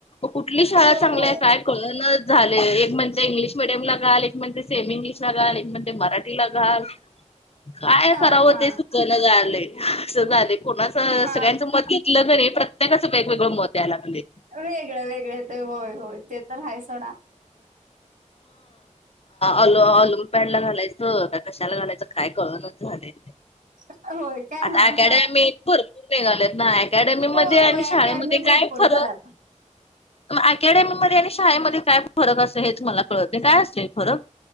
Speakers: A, on the left; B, on the right.
A: कुठली शाळा
B: हो
A: चांगल्या
B: हो
A: आहे काय कळण झाले एक म्हणज इंग्लिश. घाल एक म्हण सेम इंग्लिश ला घाल एक म्हण मराठी ला घाल. काय
B: हां
A: करावं
B: हां
A: ते सुचन झालंय असं झाले कोणाचं
B: हां
A: सगळ्यांचं मत. हे प्रत्येकाचं वेगवेगळं मत यायला लागले.
B: वेगळे वेगळे ते होय होय ते तर हाय सोडा.
A: अल अलूम पॅडला घालायच. हो कशाला घालायचं काय कळेना झाले
B: होय काय
A: आता
B: हां
A: अकॅडमी.
B: हां
A: भरपूर निघालेत ना अकॅडमी
B: होय
A: मध्ये
B: होय
A: आणि
B: अकॅडमी
A: शाळेमध्ये
B: भरपूर
A: काय खर.
B: झाल्यात
A: अकॅडमीमध्ये आणि शाळेमध्ये काय फरक असत हेच मला कळत काय असते फरक?